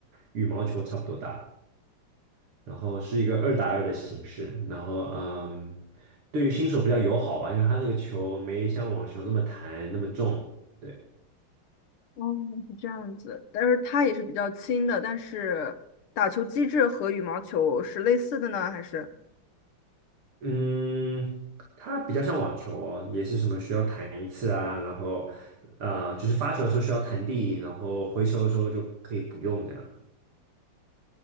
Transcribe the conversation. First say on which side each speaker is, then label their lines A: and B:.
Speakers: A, on the right; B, on the left.
A: 羽毛球差不多大，然后是一个二打二的形式，然后嗯，对于新手比较友好吧，因为它那个球没像网球那么弹那么重。对。
B: 哦，是这样子。但是它也是比较轻的，但是打球机制和羽毛球是类似的呢，还是？
A: 嗯，它比较像网球哦，也是什么需要弹一次啊，然后啊、呃就是发球的时候需要弹地，然后回球的时候就可以不用这样。